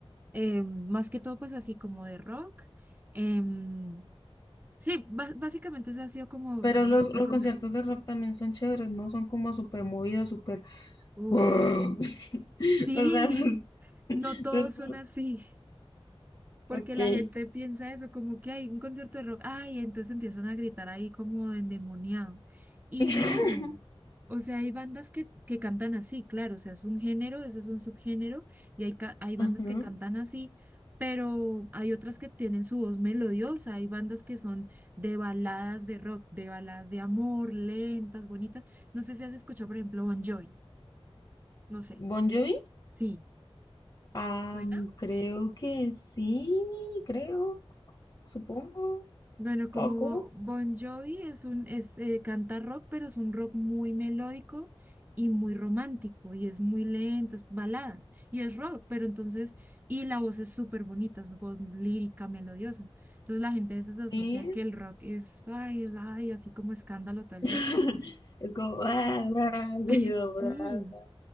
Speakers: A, on the right (about 15°); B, on the left (about 35°).
A: eh, más que todo, pues así como de rock. em, sí, bas- básicamente ese ha sido como
B: Pero
A: mi
B: los,
A: vida
B: los
A: de conciertos.
B: conciertos de rock también son chéveres, ¿no? Son como súper movidos, súper... <laughs>
A: Uf,
B: O sea,
A: sí.
B: no es-
A: No todos
B: no es por-
A: son así. Porque
B: Ok.
A: la gente piensa eso, como que hay un concierto de rock, ay, entonces empiezan a gritar ahí como endemoniados. Y
B: <laughs>
A: no, o sea, hay bandas que, que cantan así, claro, o sea, es un género, eso es un subgénero, y hay, ca- hay
B: Ajá.
A: bandas que cantan así, pero hay otras que tienen su voz melodiosa, hay bandas que son de baladas de rock, de baladas de amor, lentas, bonitas. No sé si has escuchado, por ejemplo, Bon Jovi, no sé,
B: Bon Jovi.
A: sí,
B: Am,
A: ¿te suena?
B: creo que sí, creo, supongo,
A: Bueno, como
B: poco.
A: Bo- Bon Jovi es un, es, eh, canta rock, pero es un rock muy melódico y muy romántico, y es muy lento, es baladas, y es rock, pero entonces, y la voz es súper bonita, es una voz lírica, melodiosa. Entonces la gente a veces asocia
B: Sí.
A: que el rock es, ay, ay, así como escándalo todo el
B: <laughs>
A: tiempo, y no,
B: Es como... ah, ah, ruido.
A: <laughs> sí
B: ah.